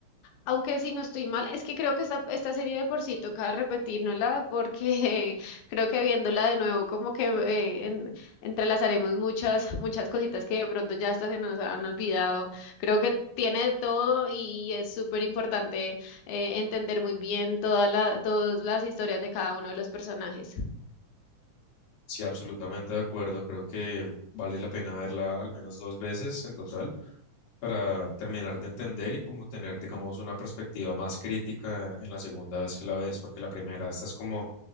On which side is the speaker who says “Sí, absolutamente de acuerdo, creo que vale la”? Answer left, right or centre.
Left